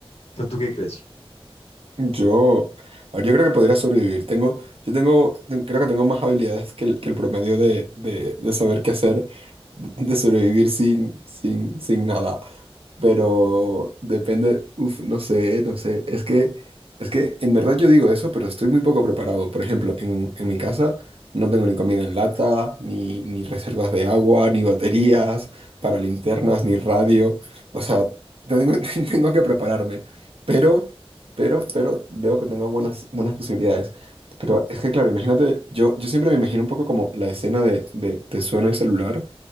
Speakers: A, on the left; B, on the right.
A: Entonces, ¿tú qué crees?
B: Yo, a ver, yo creo que podría sobrevivir. Tengo, yo tengo, ten- creo que tengo más habilidades que el, que el promedio de, de, de saber qué hacer, de de sobrevivir sin, sin, sin nada. Pero depende, uf, no sé, no sé. Es que, es que en verdad yo digo eso, pero estoy muy poco preparado. Por ejemplo, en, en mi casa no tengo ni comida en lata, ni, ni reservas de agua, ni baterías para linternas,
A: <laughs>
B: ni radio. O sea, tengo, <laughs> tengo que prepararme. Pero pero, pero veo que tengo buenas, buenas posibilidades. Pero es que, claro, imagínate, yo, yo siempre me imagino un poco como la escena de, de te suena el celular